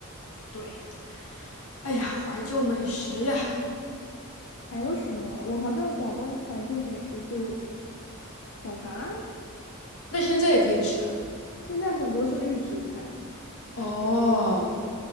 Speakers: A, on the left; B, on the left.
A: 对，哎呀，怀旧美食呀，
B: 还有什么？我好像广东怀旧美食就早茶，
A: 那现在也可以吃啊。
B: 现在很多是预制菜，
A: 哦，